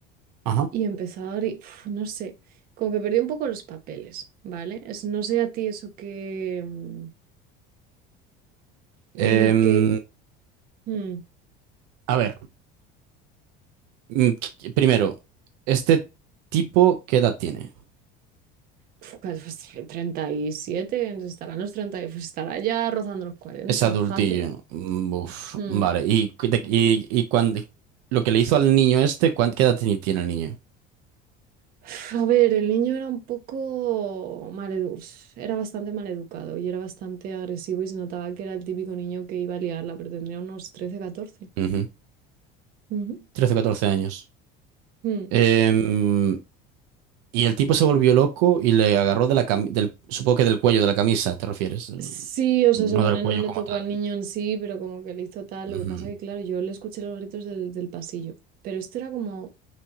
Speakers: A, on the right; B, on the right.
A: Ajá.
B: y empezar y uf, no sé, como que perdí un poco los papeles, ¿vale? Es, no sé a ti eso que, mm,
A: Em,
B: mm, que mm,
A: a ver, mm, qu- primero, ¿este tipo qué edad tiene?
B: uf, casi, pues, <laughs> 37, estarán los 30 y, pues estará ya rozando los 40
A: Es adultillo.
B: fácil.
A: Mm, Uf,
B: Mm.
A: vale. Y, cu- de- y, y cuando, lo que le hizo al niño este, ¿cuán- qué edad teni- tiene el niño?
B: Uf, A ver, el niño era un poco maleducado, era bastante maleducado y era bastante agresivo y se notaba que era el típico niño que iba a liarla, pero tendría unos trece catorce
A: Ujú.
B: Ujú.
A: 13 o 14 años.
B: Mm.
A: Em, y el tipo se volvió loco y le agarró de la cami- del, supongo que del cuello de la camisa, ¿te refieres? eh,
B: Sí, o sea,
A: No
B: según
A: del
B: él
A: cuello
B: no le
A: como
B: tocó
A: tal.
B: al niño en sí, pero como que le hizo tal.
A: Ujú.
B: Lo que pasa que, claro, yo le escuché los gritos del, del pasillo. Pero esto era como